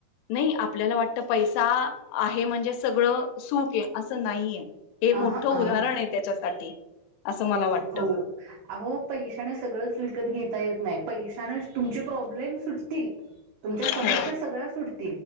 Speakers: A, on the left; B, on the right.
A: नाही आपल्याला वाटत पैसा आहे म्हणजे सगळं सुख आहे असं नाहीये. हे मोठं
B: हा हा
A: उदाहरण आहे त्याच्यासाठी असं मला वाटतं
B: हो. अहो पैशाने सगळंच विकत घेता येत नाही पैशानेच तुम प्रॉब्लेम सुटतील, तुमच्या समस्या
A: हो
B: सगळ्या सुटतील